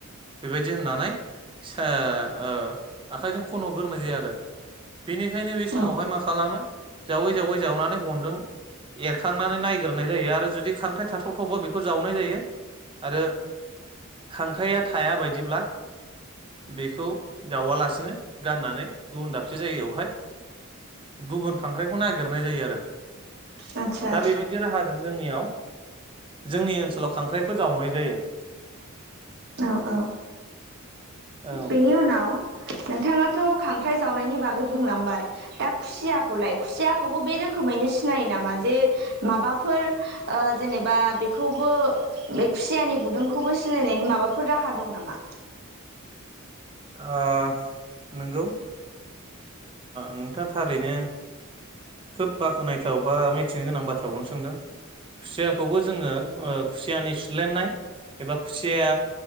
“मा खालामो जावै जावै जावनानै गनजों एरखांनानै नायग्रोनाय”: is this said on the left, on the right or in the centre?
Right